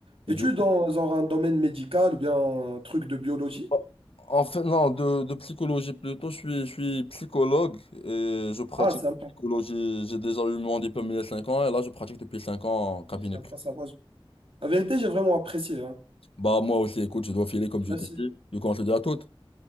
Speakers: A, on the right; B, on the left.
A: Es-tu
B: Du coup,
A: dans, genre, un domaine médical ou bien un truc de biologie?
B: oh, en fait non, de, de psychologie plutôt, je suis, je suis psychologue et je pratique
A: Ah, sympa,
B: la psychologie. J'ai déjà eu mon diplôme il y a cinq ans et là, je pratique depuis 5 ans en cabinet
A: sympa,
B: privé.
A: sympa. La vérité, j'ai vraiment apprécié, hein.
B: Bah, moi aussi, écoute, je dois filer comme je
A: Merci.
B: t'ai dit. Du coup, on se dit à toutes.